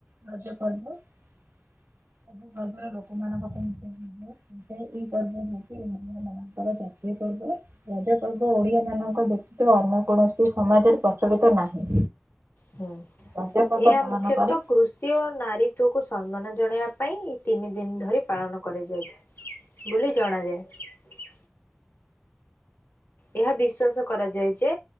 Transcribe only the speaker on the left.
ହୁଁ,
ଏହା
ମୁଖ୍ୟତଃ
କୃଷ ସି ଓ ନାରୀତ୍ଵକୁ ସମ୍ମାନ ଜଣେଇବା ପାଇଁ ତିନି ଦିନ ଧରି ପାଳନ କରାଯାଇଥାଏ। ବୋଲି ଜଣା ଯାଏ। ଏହା ବିଶ୍ଵାସ କରାଯାଏ ଯେ